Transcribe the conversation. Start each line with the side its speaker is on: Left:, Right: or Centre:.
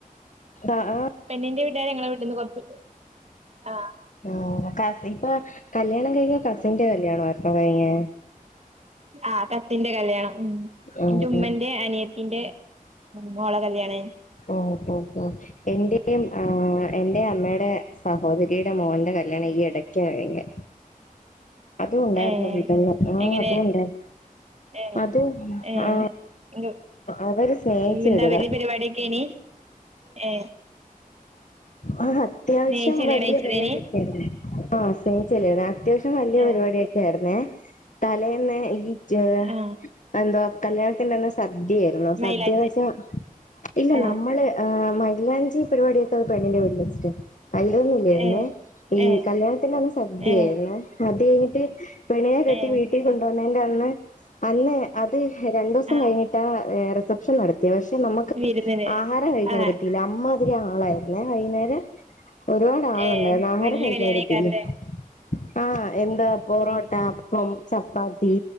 Left: അഹ് ആഹ്
Right: നിന്റെ വി ഇത നിങ്ങളെ വീട്ടിൽ നിന്ന് കുറച്ച് ആഹ്
Left: <unintelligible> കാസി പ്പൊ കല്യാണം കഴിഞ്ഞ കസിന്റെ കല്യാണം ആയിരുന്നോ ഇപ്പോ കഴിഞ്ഞെ?
Right: ആഹ് കസിന്റെ കല്യാണം ഉം
Left: ഉം
Right: എന്റെ ഉമ്മന്റെ
Left: ഉം
Right: അനിയത്തിന്റെ മോളെ കല്യാണനു
Left: ഓ ഓ ഓ എന്റെയും ആ എന്റെ അമ്മയുടെ സഹോദരിയുടെ മോന്റെ കല്യാണം ഈ ഇടയ്ക്ക കഴിഞ്ഞെ അതും ഉണ്ടായിരുന്നു
Right: ഏ
Left: വിജയം. ആഹ്
Right: എങ്ങനെ
Left: അതുംണ്ടായി
Right: ഏ
Left: അത്
Right: ഏ
Left: ആ
Right: ഇങ്ങ
Left: അവര് സ്നേഹിച്ചു
Right: എന്താ
Left: കെട്ടിയതാ,
Right: വലിയ പരിപാടിയൊക്കെനി ഏ
Left: ആ അത്യാവശ്യം
Right: സ്നേഹിച്ച് കല്യാണം
Left: വലിയ
Right: കഴിച്ചതേനി
Left: പരിപാടി ഒക്കെ ആയിരുന്നു. ആഹ് സ്നേഹിച്ചു കല്യാണവ അത്യാവശ്യം വല്യ
Right: ഏ
Left: പരിപാടിയൊക്കെ ആയിരുന്നെ തലേന്ന് ഈ ച
Right: ആ
Left: എന്താ കല്യാണത്തിന്റന്ന സ് സദ്യയായിരുന്നു
Right: മൈലാഞ്ചി
Left: സദ്യന്ന് വെച്ചാൽ ഇല്ല
Right: ഏ
Left: നമ്മള് മൈലാഞ്ചി പരിപാടിയൊക്കെ പെണ്ണിന്റെ വീട്ടിൽ സ്റ്റെ അയിലൊന്നുല്ലെരുന്നു.
Right: ഏ
Left: ഈ
Right: ഏ
Left: കല്യാണത്തിന്റന്ന് സദ്യയായിരുന്നു.
Right: ഏ
Left: അത്‌ <unintelligible> പെണ്ണിനെ കെട്ടി
Right: ഏ
Left: വീട്ടി കൊണ്ടോ ന്നന്റന്ന് അന്ന് അത് എഹ് രണ്ടൂസം
Right: ആ
Left: കഴിഞ് ഹേ റിസപ്ഷൻ നടത്തിയ <unintelligible> പക്ഷെ നമക്ക്
Right: വിരുന്നിന്
Left: ആഹാരം കഴിക്കാൻ
Right: ആ
Left: വരെ കിട്ടില്ല അമ്മാതിരി ആളായിരുന്നു വൈന്നേരം ഒരുപാട് ആള്ണ്ടായിരുന്നു
Right: ഏ
Left: ആഹാരം
Right: വല്യ
Left: കഴിക്കാൻ
Right: കല്യാണേക്കാരല്ലേ
Left: <unintelligible> ആഹ് എന്താ പോറോട്ട, അപ്പം ചപ്പാത്തി